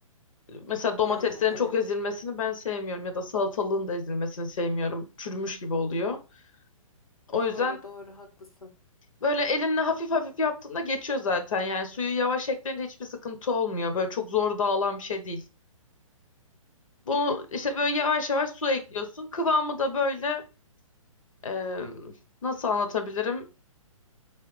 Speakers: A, on the left; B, on the left.
A: Mesela
B: He,
A: domateslerin
B: evet.
A: çok ezilmesini ben sevmiyorum ya da salatalığın da ezilmesini sevmiyorum. Çürümüş gibi oluyor. O
B: Doğru
A: yüzden
B: doğru haklısın.
A: böyle elinle hafif hafif yaptığında geçiyor zaten. Yani suyu yavaş ekleyince hiçbir sıkıntı olmuyor. Böyle çok zor dağılan bir şey değil. Bunu
B: Hı hı
A: işte
B: hı hı.
A: böyle yavaş yavaş su ekliyorsun. Kıvamı da böyle Eee, nasıl anlatabilirim?